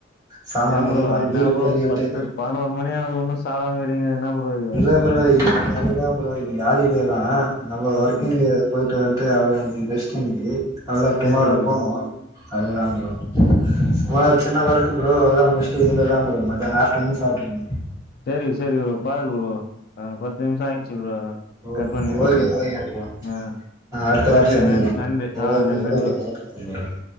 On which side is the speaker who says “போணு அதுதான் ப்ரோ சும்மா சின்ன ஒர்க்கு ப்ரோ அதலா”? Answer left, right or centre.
Right